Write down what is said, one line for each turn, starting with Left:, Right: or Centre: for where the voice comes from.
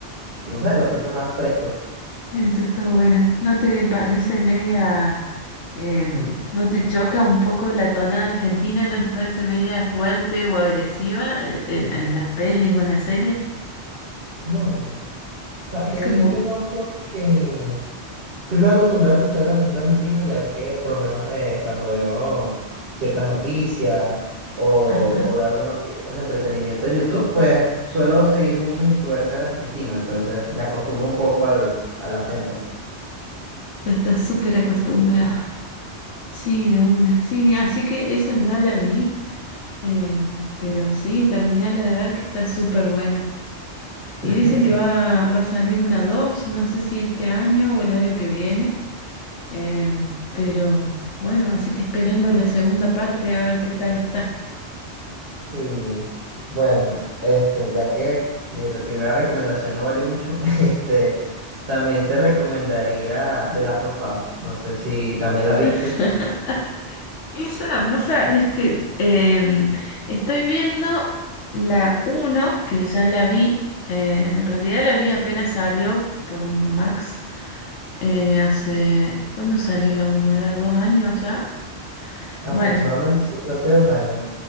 Right: no sé, lo siento más fresco.
Left: eso está bueno. ¿No te parece media, em, no te choca un poco la tonada argentina? ¿No te parece media fuerte o agresiva eh, en, en las pelis o en las series?
Right: No, o sea,
Left: Es
Right: te
Left: como,
Right: diré que no porque... Estoy muy acostumbrado a escuchar el acento argentino, ya que por lo menos eh, cuando veo ciertas noticias o,
Left: ajá,
Right: o veo algunos videos de entretenimiento de YouTube, pues suelo seguir muchos influencers argentinos, entonces me acostumbro un poco al, al acento.
Left: ya estás súper acostumbrada. Sí, de una, sí, así que esa ya la vi, em, pero sí, terminala de ver que está súper buena. Y
Right: <laughs>
Left: dicen que va, va a salir una dos no sé si este año o el año que viene, em, pero bueno, así que esperando la segunda parte a ver qué tal está.
Right: Sí, bueno, este, ya que mi re- primera recomendación no valió mucho, <laughs> este, también te recomendaría The Last of Us, no sé si también la viste.
Left: <laughs> Esa, vos sabés que em, estoy viendo la uno que ya la vi, eh, en realidad la vi apenas salió por Max, eh, hace, ¿cuándo salió la uno ¿Era dos años ya?
Right: Aproximadamente
Left: Bueno,
Right: sí, creo que dos años,